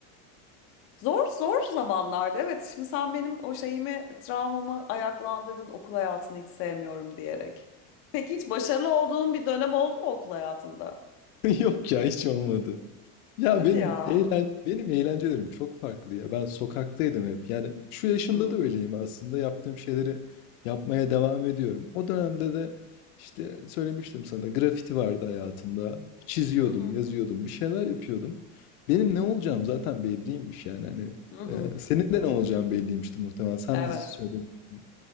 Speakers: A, on the left (about 30°); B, on the left (about 75°).
A: Zor zor zamanlarda evet şimdi sen benim o şeyimi travmamı ayaklandırdın okul hayatını hiç sevmiyorum diyerek. Peki hiç başarılı olduğun bir dönem oldu mu okul hayatında?
B: Yok ya hiç olmadı. Ya
A: Hadi
B: benim
A: ya.
B: eğlen benim eğlencelerim çok farklı ya. Ben sokaktaydım hep. Yani şu yaşımda
A: Hmm.
B: da öyleyim aslında. Yaptığım şeyleri yapmaya devam ediyorum. O dönemde de işte söylemiştim sana grafiti vardı hayatımda. Çiziyordum,
A: Hı hı.
B: yazıyordum, bir şeyler yapıyordum. Benim ne olacağım zaten belliymiş yani hani.
A: Hı hı.
B: e, senin de ne olacağın belliymişti muhtemelen. Sen
A: Evet.
B: de söylemiştin.